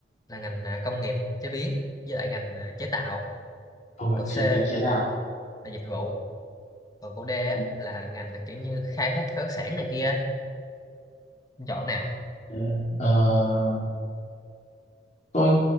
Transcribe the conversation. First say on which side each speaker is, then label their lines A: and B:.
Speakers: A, on the left (about 20°); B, on the left (about 40°).
A: là ngành à, công nghiệp chế biến với lại ngành à, chế tạo
B: công nghiệp
A: câu C
B: chế
A: là
B: biến chế tạo
A: dịch vụ còn cô D á,
B: Ừ.
A: là ngành là kiểu như khai thác khoáng sản này kia ấy. Em chọn nào
B: Ừ. Ờ, tôi